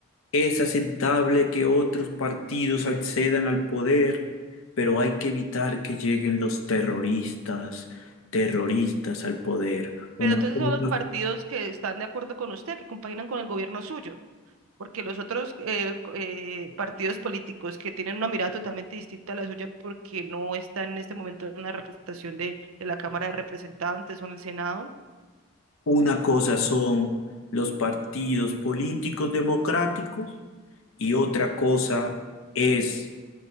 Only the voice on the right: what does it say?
Pero entonces
son los partidos que están de acuerdo con usted, que compaginan con el gobierno suyo. porque los otros eh, co- eh, partidos políticos que tienen una mirada totalmente distinta a la suya porque no están en este momento en la representación de, de la Cámara de Representantes o en el Senado.